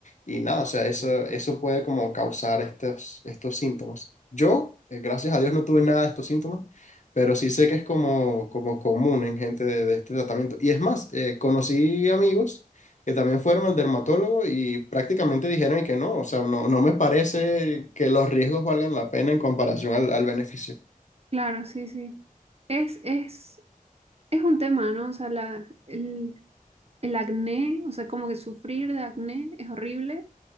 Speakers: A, on the left (about 55°); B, on the right (about 45°).
A: Y nada, o sea, eso, eso puede como causar estos, estos síntomas. Yo, eh, gracias a Dios, no tuve nada de estos síntomas, pero sí sé que es como, como común en gente de, de este tratamiento. Y es más, eh, conocí amigos que también fueron al dermatólogo y prácticamente dijeron que no, o sea, no, no me parece que los riesgos valgan la pena en comparación al, al beneficio.
B: Claro, sí, sí. Es, es, es un tema, ¿no? O sea, la, el, el acné, o sea, como que sufrir de acné es horrible,